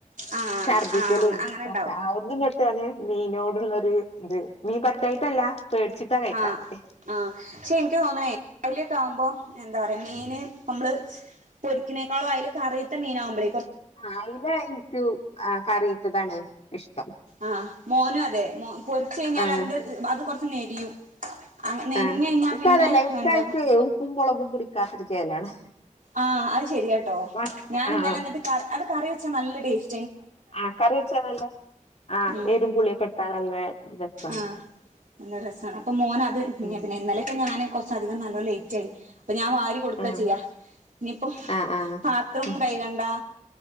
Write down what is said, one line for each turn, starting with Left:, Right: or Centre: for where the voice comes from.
Right: ആഹ്
Left: ഛർദിക്കലുംക്കെ
Right: ആഹ് അങ്ങനെണ്ടാവും
Left: ഒന്നു ല്യ റ്റാണ്. മീനോട്ള്ളൊര്ത്. മീൻ പറ്റായിട്ടല്ല പേടിച്ചിട്ടാ കഴിക്കാത്തെ
Right: ആഹ് ആഹ് ക്ഷെ ഇൻക്ക് തോന്നണേ അയില് കാൺമ്പൊ എന്താ പറയാ മീന് നമ്മള് സ് പൊരിക്കിനേക്കാളും അയില് കറീത്ത മീനാഉമ്പളെ
Left: അയ്ല ഇൻക്ക് ആഹ് കറീത്തതാണ് ഇഷ്
Right: ആഹ് മോനും അതെ മ പൊരിച്ചെയ്ഞ്ഞാല്
Left: ആഹ്
Right: അതിന്റെ ഹ് അത് കൊറച്ച് നെരിയും. അങ്ങ നെരിഞ്ഞ്
Left: ആഹ്
Right: കഴിഞ്ഞാ
Left: ഇൻക്കതല്ല
Right: പിന്നെ
Left: ഇൻകായിക്ക്
Right: എന്താ
Left: ഉപ്പും മുളകും പിടിക്കാത്തരു ചേലാണ്.
Right: ആഹ് അഹ് ശെരിയാട്ടോ
Left: മറ്റ്
Right: ഞാൻ
Left: ആഹ്
Right: ഇന്നലെ ന്നിട്ട് ക അത് കറി വെച്ചാ നല്ല ടേസ്
Left: ആഹ് കറി വെച്ചാലല്ല ആഹ്
Right: ഉം
Left: എരുും പുളിയൊക്കെ ട്ടാൽ നല്ല രസാണ്.
Right: ആഹ് നല്ല രസാണ് അപ്പൊ മോൻ അത് പിനെ
Left: ഉം
Right: പിന്നെ ഇന്നലെയൊക്കെ ഞാന് കൊർച്ചധികം നല്ല ലേറ്റ് ആയി പ്പൊ ഞാൻ വാരി കൊടുക്ക
Left: ആഹ്
Right: ചെയ്യാ. ഇനിയിപ്പം
Left: ആഹ് ആഹ്
Right: പാത്രം
Left: ഉം
Right: കൈ കണ്ടാ